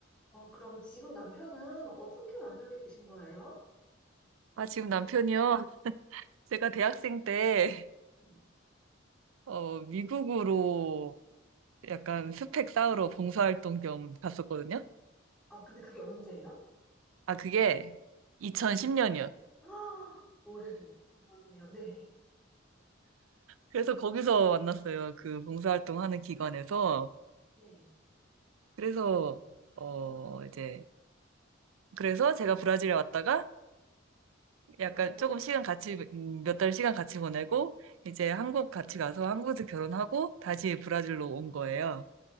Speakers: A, in the centre; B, on the right.
A: 어, 그럼 지금 남편은 어떻게 만나게 되신 거예요?
B: 아, 지금 남편이요? 제가 대학생 때,
A: 음.
B: 어, 미국으로 약간 스펙 쌓으러 봉사활동 겸 갔었거든요?
A: 아, 근데 그게 언제예요?
B: 아, 그게 2010년이요.
A: <gasps> 아, 해는 전이네요. 네,
B: 그래서 거기서 만났어요. 그 봉사활동 하는 기관에서.
A: 네.
B: 그래서, 어, 이제, 그래서 제가 브라질에 왔다가 약간
A: 아, 그럼,
B: 조금 시간 같이, 몇 달 시간 같이 보내고, 이제 한국 같이 가서 한국에서 결혼하고 다시 브라질로 온 거예요.